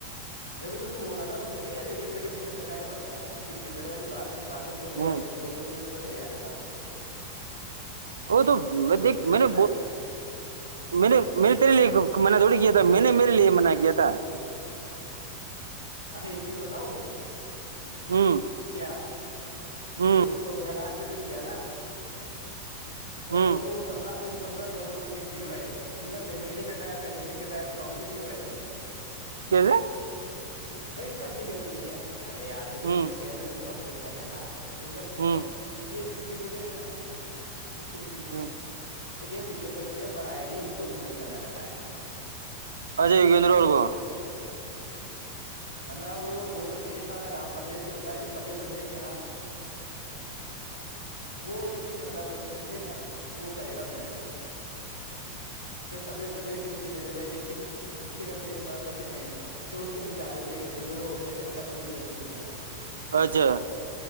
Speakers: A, on the left; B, on the right.
A: جبھی تو تو بول رہا تھا اس نے کہ یگینر کے چکر میں کہ ہی پڑتا ہے مطب یوگدر والی بات <unintelligible> نہیں بات ہے دوستوں
B: ہ
A: والی میں دوستوں کےے مے سے <unintelligible> تیار رہتا ہوں <unintelligible>
B: وہ تو
A: دوستوں
B: دیک
A: کے
B: میں
A: لیے
B: نے
A: منع نہیں ہے
B: نے نے تے لے م تھڑی کیا تھا میں نے مے لیے من گیا تھا <unintelligible>
A: ا <unintelligible> چیز بتاؤ
B: ہ
A: کیا
B: ہ
A: جیسے تم لوگوں کا لاسٹ <unintelligible> جو کیا نا <unintelligible> ا
B: ہ
A: پندہ پندرہ بورڈو سبمٹ نہیں ہوئے ان کا پیمنٹ نہیں کٹایا پیمنٹ نہیں کٹایا تو کاؤنٹ ہی نہیں ہوئے ہے <unintelligible>
B: کیسے <unintelligible>
A: بھائی اس میں اپنی غلط نہیں ہے ارے ار جیسے
B: ہ
A: ان کا کیا جوسے اپن ووٹ کریں نا میں
B: ہ
A: یہ <unintelligible> اسکرو گرنییچے
B: ہ
A: تو کیا پچھ چتر روپئے پر آئی ڈی ان کو پیمنٹ کرنا رہتا ہے
B: اجےکندروور کو
A: مطلب وہ ایسے یہ سارا کام پردی سے ہوتا ہے جو پردیش دھ سے نا وہ اس کی مطلب وہ کرے گا پیمنٹ تو پھر پردیش ادیک سے نیچے دے دیتے ہیں جس ڈسٹ پرڈنٹ تو نیچ آ جاتے ایکینر اڑتے اس ملب پوری چینج چل رہ ہے وہ
B: اچھا